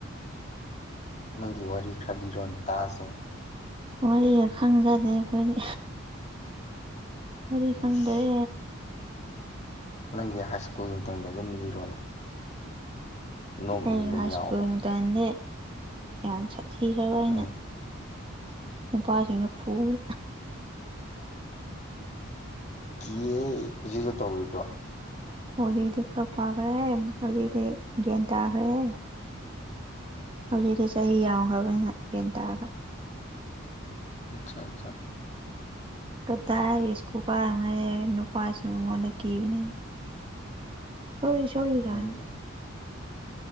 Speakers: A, on the left; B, on the right.
A: ꯅꯪꯒꯤ ꯋꯥꯔꯤ ꯈꯔ ꯂꯤꯔꯣ ꯇꯥꯥꯁ
B: ꯋꯥꯔꯤꯒ ꯈꯪꯖꯗꯦ ꯑꯩꯈꯣꯏꯗꯤ ꯋꯥꯔꯤ ꯈꯪꯗ꯭ꯔꯦ
A: ꯏꯁ ꯅꯪꯒꯤ ꯍꯥꯏ ꯁ꯭ꯀꯨꯜ ꯑꯃꯇꯝꯗꯩꯩ ꯑꯗꯨꯝ ꯂꯤꯔꯣꯅꯦ꯫ ꯅꯣꯛꯅꯤꯡꯕ
B: ꯑꯩ ꯍꯥꯏ
A: ꯌꯥꯎꯕ
B: ꯁ꯭ꯀꯨꯜ ꯃꯥꯟꯗꯤ ꯌꯥꯝ ꯁꯥꯊꯤꯈ꯭ꯔꯕ ꯑꯩꯅ
A: ꯎꯝ
B: ꯅꯨꯄꯥꯁꯤꯡꯅ ꯐꯨꯕ
A: ꯀꯤꯍꯦ ꯍꯧꯖꯤꯛ ꯍꯧꯁꯨꯛ ꯇꯧꯔꯤꯕ꯭ꯔꯣ
B: ꯍꯧꯖꯤꯛꯇꯤ ꯈꯛ ꯐꯥꯈ꯭ꯔꯦ ꯍꯧꯖꯤꯛꯇꯛꯇꯤ ꯒ꯭ꯌꯥꯟ ꯇꯥꯈ꯭ꯔꯦꯍꯦ ꯍꯧꯖꯤꯛꯤ ꯆꯍꯤ ꯌꯥꯝꯈ꯭ꯔꯕꯅꯤꯅ ꯦꯟ ꯇꯥꯑꯒꯅꯤ
A: ꯑꯆꯥ ꯑꯆꯥ
B: ꯀꯗꯥꯏ ꯏꯁ ꯀꯨꯀꯥꯔ ꯍꯛꯑꯦ ꯅꯨꯄꯥꯁꯤꯡ ꯑꯩꯉꯣꯟꯗ ꯀꯤꯕꯅꯦ ꯁꯣꯔꯤ ꯁꯣꯔꯤꯒ
A: ꯎꯝ